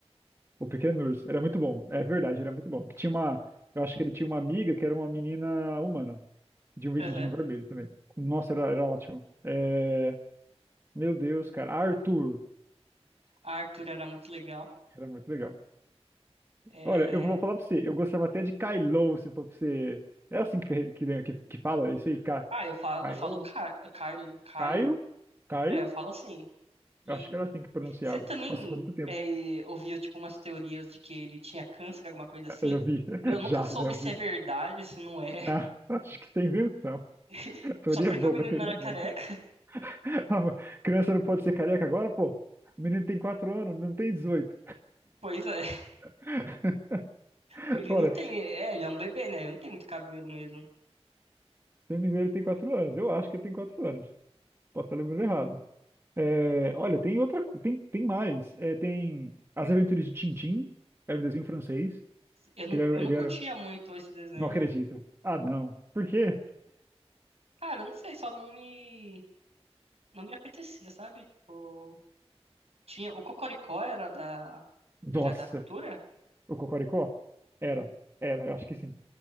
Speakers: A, on the right (about 25°); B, on the right (about 70°).
A: O Pequeno Urso. Era muito bom. É verdade, era muito bom. Que tinha uma, eu acho que ele tinha uma amiga que era uma menina humana, de um vestidinho
B: Aham.
A: vermelho também. Nossa, era, era ótimo. É, meu Deus, cara. Arthur.
B: Arthur era muito legal.
A: Era muito legal.
B: É,
A: Olha, eu vou falar pra você, eu gostava até de Kylo, se for pra você. É assim que, que, que, que fala isso aí, Ca...
B: Ah, eu falo,
A: Caio?
B: eu falo Ca- Kylo, Caio,
A: Caio? Caio?
B: é, eu falo assim. E
A: Eu acho que era assim que pronunciava.
B: você também
A: Nossa, faz muito tempo.
B: é, ouviu, tipo, umas teorias de que ele tinha câncer, alguma coisa assim?
A: Eu já vi. <laughs>
B: Eu nunca
A: Já,
B: soube
A: já
B: se
A: vi.
B: é verdade, se não é.
A: Ah, <laughs> acho que tem invenção.
B: <laughs>
A: Teoria
B: Só porque
A: boba,
B: o menino
A: teoria
B: não era careca.
A: boba.
B: <laughs>
A: <laughs> Criança não pode ser careca agora, pô. O menino tem 4 anos, não tem 18.
B: Pois é,
A: <laughs>
B: ele
A: Ora,
B: não tem.
A: se
B: É, ele é um bebê, né? Ele não tem muito cabelo mesmo.
A: eu não me engano, ele tem 4 anos. Eu acho que ele tem 4 anos. Posso estar lembrando errado. É, olha, tem outra. co- Tem, tem mais. É, tem As Aventuras de Tintim. Era um desenho francês.
B: Eu não,
A: Que ele era,
B: eu não
A: ele
B: curtia
A: era-
B: muito esse desenho.
A: Não acredito. Ah, não. Por quê?
B: Cara, eu não sei, só não me, não me apetecia, sabe? Tipo, tinha, o Cocoricó era da,
A: Nossa.
B: era da cultura?
A: O Cocoricó? Era. Era, eu acho que sim.